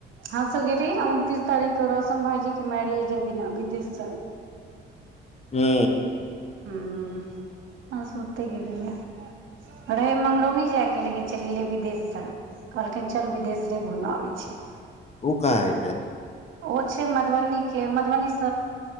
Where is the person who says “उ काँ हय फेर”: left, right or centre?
Left